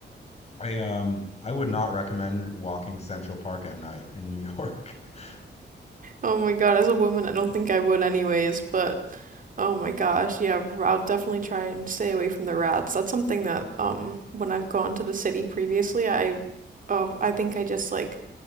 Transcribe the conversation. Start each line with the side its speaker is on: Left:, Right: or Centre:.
Left: I um I would not recommend walking Central Park at night in New York. <laughs>
Right: Oh my god, as a woman, I don't think I would anyways, but oh my gosh, yeah, I'll definitely try and stay away from the rats. That's something that, um, when I've gone to the city previously, I, oh, I think I just, like,